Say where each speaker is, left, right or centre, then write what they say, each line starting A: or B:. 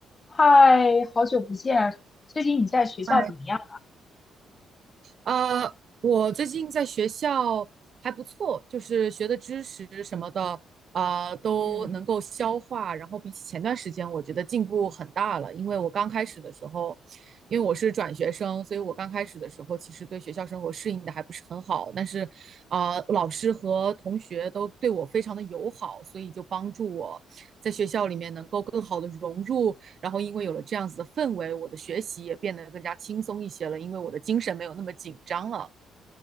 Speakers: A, on the left; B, on the right.
A: 嗨，好久不见啊！最近你在学校怎么样？
B: 嗨，呃，我最近在学校还不错，就是学的知识什么的，啊、都能够消化。
A: 嗯
B: 然后比起前段时间，我觉得进步很大了。因为我刚开始的时候，因为我是转学生，所以我刚开始的时候其实对学校生活适应的还不是很好。但是，啊、老师和同学都对我非常的友好，所以就帮助我在学校里面能够更好的融入。然后因为有了这样子的氛围，我的学习也变得更加轻松一些了，因为我的精神没有那么紧张了。